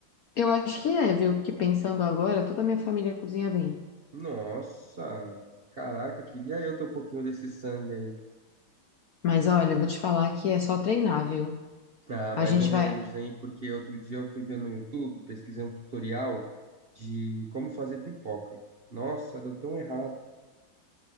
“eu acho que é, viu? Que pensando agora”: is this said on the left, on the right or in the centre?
Left